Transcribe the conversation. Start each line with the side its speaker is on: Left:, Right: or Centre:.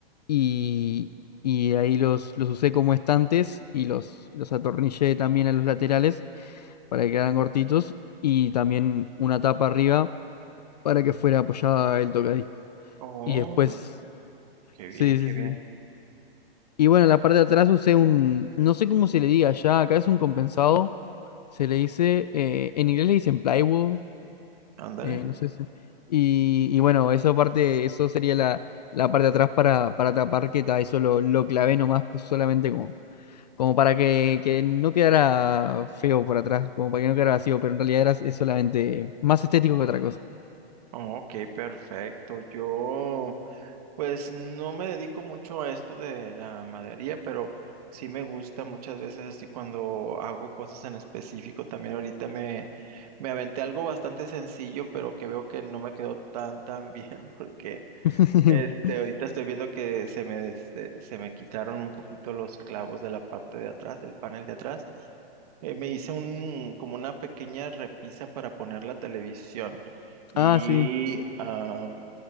Left: y, y ahí los, los usé como estantes y los, los atornillé también a los laterales para que quedaran cortitos y también una tapa arriba para que fuera apoyada el tocadisco.
Right: Oh,
Left: Y después,
Right: qué
Left: sí,
Right: bien, qué
Left: sí, sí.
Right: bien.
Left: Y bueno, en la parte de atrás usé un, no sé cómo se le diga allá, acá es un compensado, se le dice, eh, en inglés le dicen plywood,
Right: Ándale.
Left: Eh, no sé si- Y, y bueno, eso parte, eso sería la, la parte de atrás para, para tapar que ta, eso lo, lo clavé nomás, pues solamente como, como para que, que no quedara feo por atrás, como para que no quedara vacío, pero en realidad era, es solamente más estético que otra cosa.
Right: Ok, perfecto. Yo Pues no me dedico mucho a esto de la madería, pero sí me gusta muchas veces así cuando hago cosas en específico. También ahorita me, me aventé algo bastante sencillo, pero que veo que no me quedó tan tan bien, <laughs> porque
Left: <laughs>
Right: este ahorita estoy viendo que se me des- se me quitaron un poquito los clavos de la parte de atrás, del panel de atrás eh, me hice un, como una pequeña repisa para poner la televisión y
Left: Ah, sí,
Right: am,